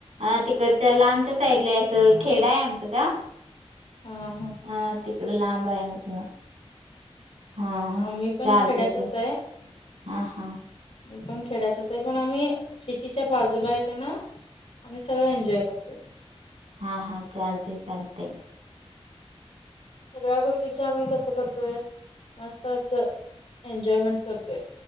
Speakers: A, on the right; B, on the left.
A: अ तिकडच्या लांबच्या साईडला असं खेड आहे आमचं गावं.
B: हम्म-हम्म.
A: हा, तिकडं लांब आहे आमचं गावं, हा
B: आम्ही पण
A: चालते
B: खेड्यातच
A: चल. हा-हा
B: हे पण खेड्यातच आहे. पण आम्ही सिटीच्या बाजूला हाय तेन, आम्ही सगळं एन्जॉय करतोय.
A: हा-हा, चालते-चालते.
B: सगळ्या गोष्टीची आम्ही कसं करतोय, मस्त असं एन्जॉयमेंट करतोय.